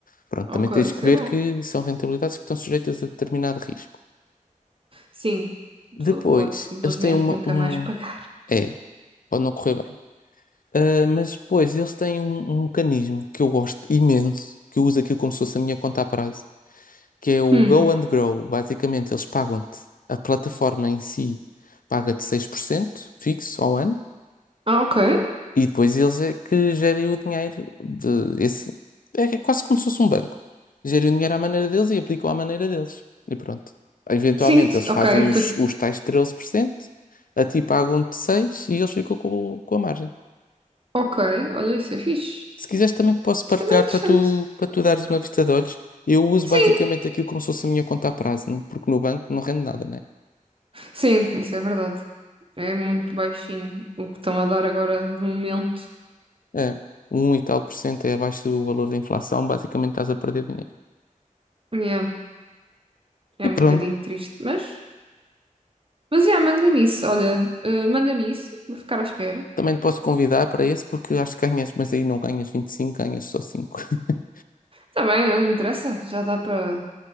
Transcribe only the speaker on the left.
Pronto,
também tens
que ver
que são rentabilidades que estão sujeitas a determinado risco.
Depois,
eles têm uma,
um.
É, pode não correr bem. Ah, mas pois, eles têm um, um mecanismo que eu gosto imenso, que eu uso aquilo como se fosse a minha conta a prazo, que é o
Go and Grow. Basicamente, eles pagam-te, a plataforma em si paga-te 6% fixo ao ano,
e depois eles é que gerem o dinheiro de esse. É, é quase como se fosse um banco. Gerem o dinheiro à maneira deles e aplicam à maneira deles. E pronto. Eventualmente,
eles fazem
os,
os tais 13% a ti pagam-te 6% e eles ficam com, com a margem.
Se quiseres também que posso partilhar
para tu, para tu dares uma vista de olhos. Eu uso
basicamente aquilo como se fosse a minha conta a prazo, no- porque no banco não rende nada, né?
É, um e tal por cento é abaixo do valor da inflação, basicamente estás a perder dinheiro.
E
pronto,
também te posso convidar para esse, porque acho que ganhas, mas aí não ganhas 25 ganhas só cinco <laughs>